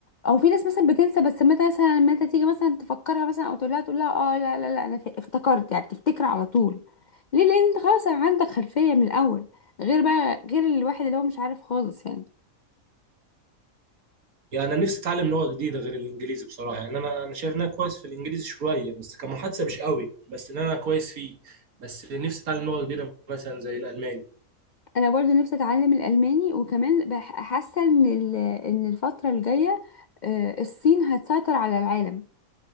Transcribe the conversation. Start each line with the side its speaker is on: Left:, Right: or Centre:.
Left: او في ناس مثلا بتنسى بس ما مثلا لما انت تيجي مثلا تفكرها مثلا او تقول لها تقول لها اه لا لا لا انا ف- افتكرت يعني بتفتكر على طول ليه لان انت خلاص عندك خلفية من الاول غير بقى غير الواحد اللي هو مش عارف خالص يعني
Right: يعني انا نفسي اتعلم لغه جديده غير الانجليزي بصراحه يعني انا انا شايف ان انا كويس في الانجليزي شويه بس كمحادثه مش قوي بس ان انا كويس فيه بس نفسي اتعلم لغه جديده مثلا زي الالماني
Left: انا برضو نفسي اتعلم الالماني وكمان بح- حاسه ان ال- ان الفتره الجايه آه، الصين هتسيطر على العالم